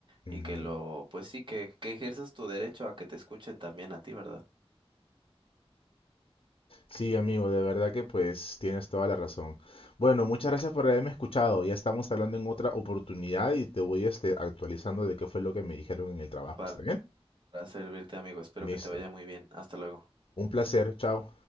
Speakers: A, on the left; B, on the right.
A: Ujú.
B: y que lo, pues sí, que, que ejerzas tu derecho a que te escuchen también a ti, ¿verdad?
A: Sí, amigo, de verdad que pues tienes toda la razón. Bueno, muchas gracias por haberme escuchado. Ya estamos hablando en otra oportunidad y te voy este, actualizando de qué fue lo que me dijeron en el trabajo.
B: Para,
A: ¿Está bien?
B: para servirte, amigo. Espero
A: Listo.
B: que te vaya muy bien. Hasta luego.
A: Un placer. Chao.